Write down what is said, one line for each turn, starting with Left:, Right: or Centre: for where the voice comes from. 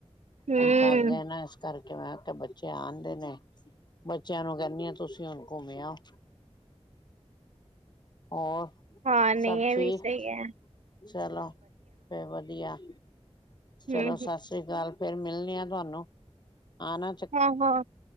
Right: ਹੂੰ।
Left: ਹੁਣ ਥੱਕ ਗਏ ਨਾ ਇਸ ਕਰਕੇ- ਕਿਵੇੈ ਬੱਚੇ ਆਦੇ ਨੇ ਬੱਚਿਆਂ ਨੂੰ ਕਹਿਦੀ ਆ ਤੁਸੀ ਹੁਣ ਘੁੰਮ ਆਓ-
Right: <inaudible>
Left: ਹੋਰ-
Right: ਹਾਂ, ਨਈਂ,
Left: ਸਭ
Right: ਏ
Left: ਠੀਕ
Right: ਵੀ ਸਈ ਏ।
Left: ਚਲੋ ਫੇ ਵਧੀਆ
Right: ਹਮ-ਹਮ।
Left: ਚਲੋ, ਸ ਸ੍ਰੀ ਕਾਲ, ਫੇਰ ਮਿਲਦੇ ਆ ਤੁਆਨੂੰ, ਆਨਾ-
Right: ਹਾਂ-ਹਾਂ,